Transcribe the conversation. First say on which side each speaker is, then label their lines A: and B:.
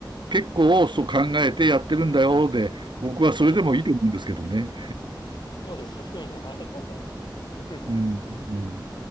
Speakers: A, on the right; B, on the left.
A: 結構そう考えてやってるんだよで、僕はそれでもいいと思うんですけどね。
B: はい。そうですね。<laughs> ありがとうございます。<laughs>
A: うん、うん。